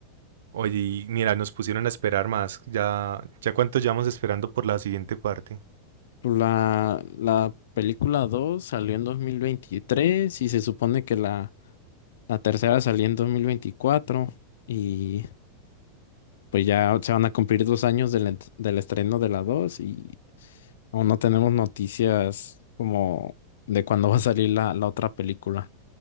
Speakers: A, on the right; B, on the left.
A: Oye, y mira, nos pusieron a esperar más. Ya, ya cuánto llevamos esperando por la siguiente parte.
B: La, la película 2 salió en 2023 y se supone que la, la tercera salió en dos mil veinticuatro Y pues ya se van a cumplir dos años del, ent- del estreno de la 2 y aún no tenemos noticias como de cuándo va a salir la, la otra película.